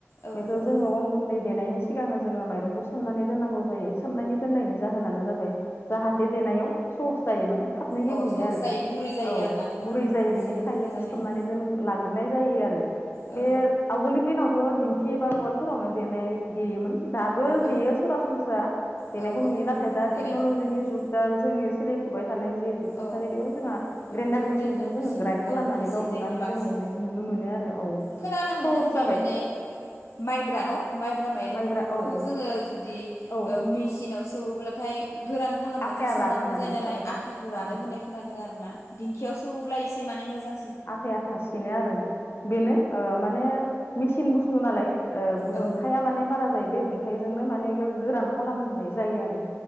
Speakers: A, on the left; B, on the left.
A: औ
B: बेखौ जोङो
A: औ
B: अन गुन्दै देनायनि सिगांनो जोङो माइरंखौ सोमनानै दोननांगौ जायो। सोमनायनि दोननायनि जाहोनानो जाबाय जाहाथे देनायाव सहस जायो माने नो गेब्लेयो
A: औ अ सस
B: आरो
A: जायो गुरै जायो
B: औ
A: आरोना नोंथां
B: गुरै जायो
A: एसे
B: बेनि थाखाय
A: गुरै
B: जोङो
A: जानायनि
B: सोमनानै दोन ला नाय जायो आरो
A: औ
B: बे आगोलनि दिनावथ' खि एबा उवालफोरावनो देनाय देयोमोन। दाबो
A: औ
B: देयो सरासनस्रा देनायखौ
A: औ औ
B: नुयो नाथाय दा
A: देनायखौ
B: टेक्नलजिनि
A: नुनो मोनो
B: जुग दा जोंनि सोलिफुबाय थानाय जि थु थासारि
A: औ
B: बेयाव जोंहा
A: बेखौथ'
B: ग्रेन्डार मेसिनजों
A: मेसिन
B: जोङो ग्राइन्ड खालामनानै
A: औ मेसिनजोंनो
B: बा उननानै
A: बांसिन
B: जोङो उननायखौ नुनो मोनो आरो। औ औ
A: खोनानो मोनदों
B: सहस
A: बे
B: जाबाय।
A: माने माइब्रा न माइब्रा माइरंखौ
B: माइब्रा औ औ
A: जोङो जुदि
B: औ
A: ओ मेसिनाव सौब्लाथाय गोरान खालामनासो
B: आथाया
A: सौनांगौ
B: रानो माने
A: जायो नालाय
B: औ
A: आथा होन्नाय
B: औ
A: खोनादों आरो ना दिंखियाव सौब्ला एसे माने मोजां
B: आथाया आथा सिनो आरो बेनो ओ माने मेसिन बुस्थु नालाय ओ
A: औ
B: दुंथाया माने बारा जायो बे दुंथायजोंनो माने गोरान खालामनाय जायो आरो।